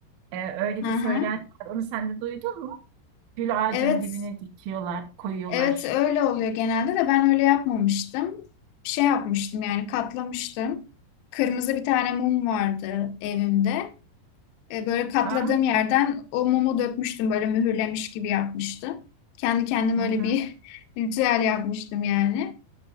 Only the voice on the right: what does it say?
E, öyle
bir söylenti
var. Onu sen de duydun mu? Gül ağacının
dibine dikiyorlar, koyuyorlar.
Ha?
Hı hı.